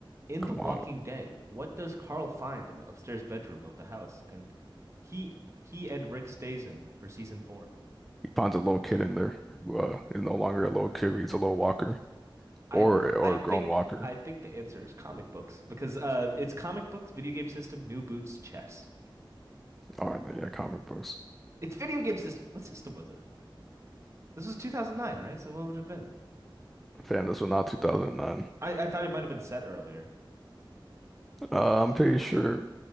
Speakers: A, on the right; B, in the centre.
A: in
B: Come
A: The Walking
B: on.
A: Dead, what does Carl find in the upstairs bedroom of the house? And he he and Rick stays in for season four.
B: He finds a little kid in there who uh, is no longer a little kid. but He's a little walker
A: I
B: or or
A: I
B: a
A: think
B: grown walker.
A: th- I think the answer is comic books because uh it's comic books, video game system, new boots, chess.
B: All right, then, yeah, comic books.
A: It's video game system. What system was it? This was 2009, right? So what would it have been?
B: Fam, this was not 2009.
A: I I thought it might have been set earlier.
B: Uh, I'm pretty sure.